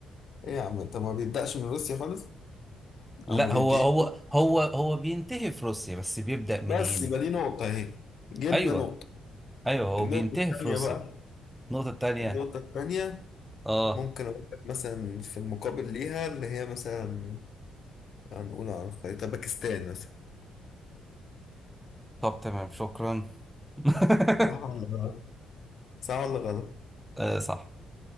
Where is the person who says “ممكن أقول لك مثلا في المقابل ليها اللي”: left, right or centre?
Left